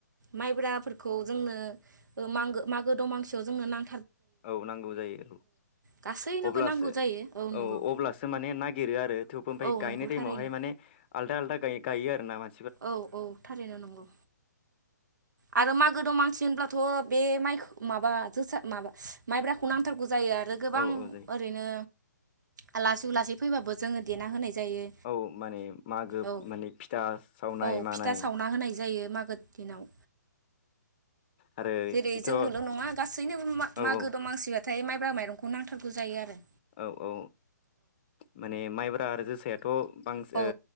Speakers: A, on the right; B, on the left.
A: माइब्राफोरखौ जोंनो ओ मांगो मागो दमांसियाव जोंनो नां
B: औ नांगौ जायो औ
A: गासैनोबो
B: अब्लासो
A: नांगौ जायो नंगौ
B: औ अब्लासो माने नागिरो आरो थेवबो ओमफ्राय
A: औ
B: गायनाय
A: नंगौ
B: टाइमावहाय
A: थारैनो
B: माने आलदा आलदा गाय गाय आरो ना मा।
A: औ औ थारैनो नंगौ आरो मागो दंमानसि होनब्लाथ' बे माइखौ। माबा जोसा माबा माइब्राखौ नांथारग। नांगौ जायो आरो गोबां
B: औ औ जायो
A: ओरैनो। आ लासै उ लासै फैबाबो जोङो देना होनाय। जायो
B: औ माने मागो
A: औ
B: माने फिथा। सावनाय
A: औ
B: मानाय
A: फिथा सावना होनाय जायो। बेयो मागोद। दिनाव।
B: आरो
A: जेरै
B: बिदिथ'
A: जोंनोल'
B: औ
A: नङा गासैनोबो मा।
B: औ
A: मागो दंमांसिआ। थाय माइ। बा माइरंखौ नांथारगौ जायो आरो।
B: औ औ माने माइब्रा आरो। जोसाया। थ' बांस
A: औ
B: ओ